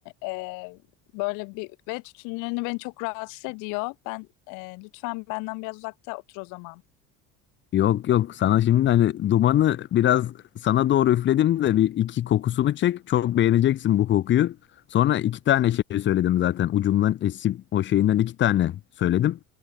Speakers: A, on the left (about 70°); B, on the left (about 35°).
A: e, böyle bir ve tütünlerini beni çok rahatsız ediyor. Ben e, lütfen benden biraz uzakta otur o zaman.
B: Yok yok sana şimdi hani dumanı biraz sana doğru üfledim de bir iki kokusunu çek. Çok beğeneceksin bu kokuyu. Sonra iki tane şey söyledim zaten ucundan esip o şeyinden iki tane söyledim.